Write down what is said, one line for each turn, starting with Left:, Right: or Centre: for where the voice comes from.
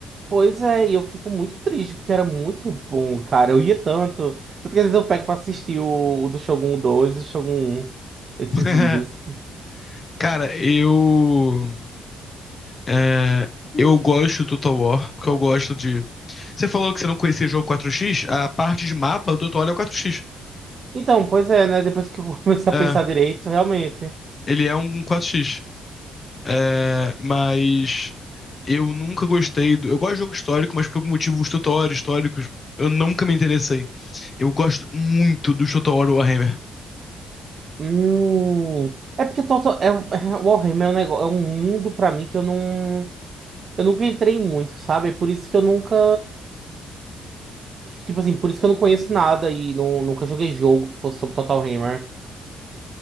Right: Pois é, e eu fico muito triste, porque era muito bom, cara. Eu ia tanto. Tanto que às vezes eu pego pra assistir o, o do Shogun 2 e o Shogun 1, esses
Left: <laughs>
Right: vídeos.
Left: Cara, eu. é, eu gosto do Total War, porque eu gosto de. Você falou que você não conhecia o jogo 4x? A parte de mapa do Total War é o 4x.
Right: Então, pois é, né? Depois que eu <laughs> comecei
Left: É,
Right: a pensar direito, realmente.
Left: ele é um 4x. É, mas. Eu nunca gostei do. Eu gosto de jogo histórico, mas por algum motivo os Total War históricos eu nunca me interessei. Eu gosto muito do Total War Warhammer.
Right: Hum. É porque Toto, é, é, Warhammer é um negócio, é um mundo pra mim que eu não. Eu nunca entrei muito, sabe? É Por isso que eu nunca. Tipo assim, por isso que eu não conheço nada e não, nunca joguei jogo que fosse sobre Total Hammer.